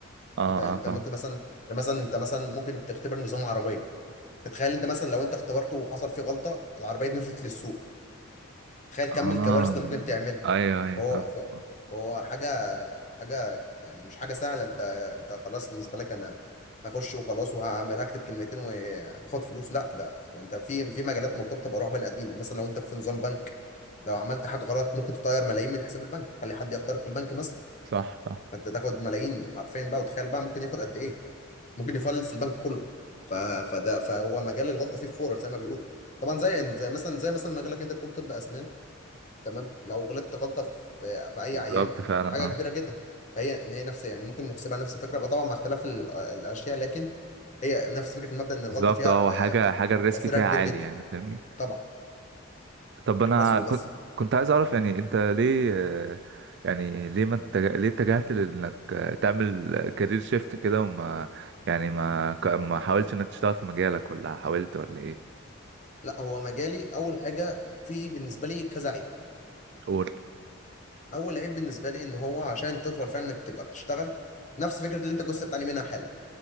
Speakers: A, on the right; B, on the left.
A: اه
B: انت انت
A: اه فاهم
B: مت- مثلا مثلا انت مثلا ممكن تختبر نظام عربيه تتخيل انت مثلا لو انت اختبرته وحصل فيه غلطه العربيه دي نزلت للسوق تخيل كم
A: اه
B: الكوارث اللي ممكن تعملها
A: ايوه ايوه
B: هو
A: فاهم
B: ف-
A: فاهم.
B: هو حاجة حاجة يعني مش حاجة سهلة انت انت خلاص بالنسبة لك انا هخش وخلاص وهعمل اكتب كلمتين وهاخد فلوس لا ده انت في في مجالات مرتبطة بارواح بني ادمين مثلا لو انت في نظام بنك لو عملت حاجة غلط ممكن تطير ملايين من حساب البنك تخلي حد يخترق البنك مثلا
A: صح صح
B: فانت تاخد ملايين حرفيا بقى وتخيل بقى ممكن ياخد قد ايه ممكن يفلس البنك كله ف... فده فهو مجال الغلطة فيه فورة زي ما بيقولوا طبعا زي زي مثلا زي مثلا مجالك انت بتقول طب اسنان تمام لو غلطت غلطه في في اي
A: بالظبط
B: عيان
A: فعلا
B: حاجه كبيره
A: اه
B: جدا فهي إن هي نفس يعني ممكن نحسبها نفس الفكره بقى طبعا مع اختلاف ال- الاشياء لكن هي نفس فكره المبدا ان الغلطه
A: بالظبط
B: فيها
A: اه
B: ب-
A: هو حاجة حاجة الريسك
B: تاثيرها
A: فيها
B: كبير
A: عالي
B: جدا
A: يعني فاهمني
B: طبعا
A: طب انا
B: بس وبس
A: كنت كنت عايز اعرف يعني انت ليه آه، يعني ليه ما اتجه... ليه اتجهت لانك آه، تعمل كارير شيفت كده وما يعني ما ك- ما حاولتش انك تشتغل في مجالك ولا حاولت ولا ايه
B: لا هو مجالي اول حاجه في بالنسبه لي كذا عيب
A: قول
B: اول عيب بالنسبه لي ان هو عشان تفضل فعلا انك تبقى بتشتغل نفس فكره اللي انت كنت بتعاني منها حالا